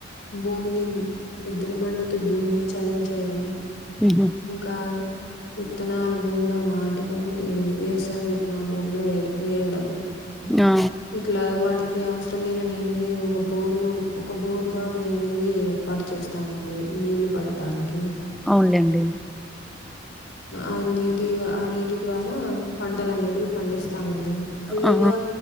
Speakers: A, on the left; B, in the centre.
A: భూమిని ఎద్దుల పండితో దున్ని చదును చేయడం
B: ఉహు
A: ఇంకా విత్తనలు భూమిలో నాటడం ఇవి వేరుశనగ విత్తనలు భూమిలో వే వేయడం
B: ఆ
A: ఇట్లా వాటికి అవసరమైన నీటిని ఒక బోరు ఒక బోరు బావిని అనేది ఏర్పాటు చేస్తామండి నీళ్ళు పడటానికి
B: అవునులేండి
A: ఆ నీటి ఆ నీటి ద్వారా పంటలు అనేవి పండిస్తామండి లేదా
B: ఆ